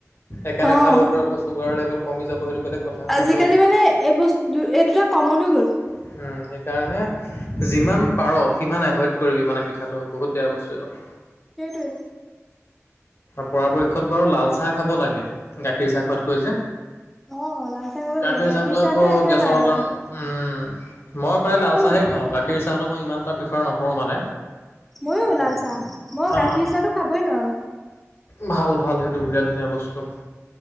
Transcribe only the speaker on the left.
একে
নেখালেও ধৰ আকৌ চুগাৰ লেবেল কমি যাব। সেইটো বেলেগ কথা কিন্তু
উম, সেইকাৰণে যিমান পাৰ সিমান এভইড কৰিবি মানে মিঠাটো, বহুত বেয়া বস্তু এইটো।
পৰাপক্ষত বাৰু লাল চাই খাব লাগে গাখীৰ চাহ খোৱাতকৈ যে।
গাখীৰ
চাহটো আকৌ
গেছৰ
কাৰণ উম, মই প্ৰায় লাল চাহেই
খাওঁ গাখীৰ চাহটো মই ইমান এটা প্ৰিফাৰ নকৰোঁ মানে।
অ',
ভাল ভাল সেইটো বিৰাট ধুনীয়া বস্তু।